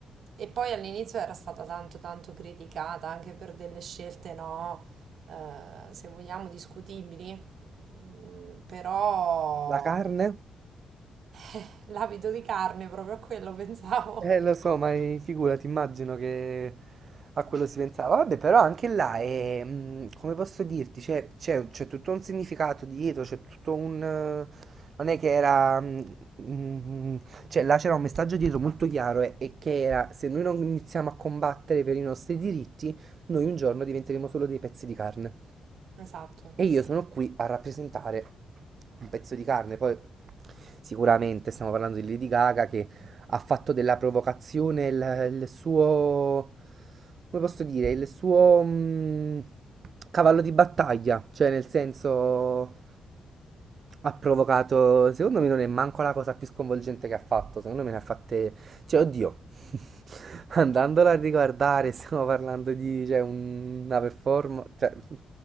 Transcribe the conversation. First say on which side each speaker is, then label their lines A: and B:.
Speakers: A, on the right; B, on the right.
A: E poi all'inizio era stata tanto tanto criticata anche per delle scelte, no, eh, se vogliamo discutibili, Mm, però
B: La carne?
A: eh, l'abito di carne proprio a quello <laughs> pensavo.
B: Eh, lo so, ma eh, figurati, immagino che a quello si pensava. Vabbè, però anche là è, mm, come posso dirti, c'è c'è- c'è tutto un significato dietro, c'è tutto un... eh, Non è che era... mm, mm, mm, cioè, là c'era un messaggio dietro molto chiaro e, e che era, se noi non iniziamo a combattere per i nostri diritti, noi un giorno diventeremo solo dei pezzi di carne.
A: Esatto.
B: E io sono qui a rappresentare un pezzo di carne. Poi sicuramente stiamo parlando di Lady Gaga che ha fatto della provocazione il, il suo, come posso dire, il suo mm, cavallo di battaglia, cioè nel senso ha provocato, secondo me non è manco la cosa più sconvolgente che ha fatto, secondo me ne ha fatte cioè, oddio, <laughs> andandola a riguardare, stiamo parlando di, cioè, un- una performance, cioè, <laughs>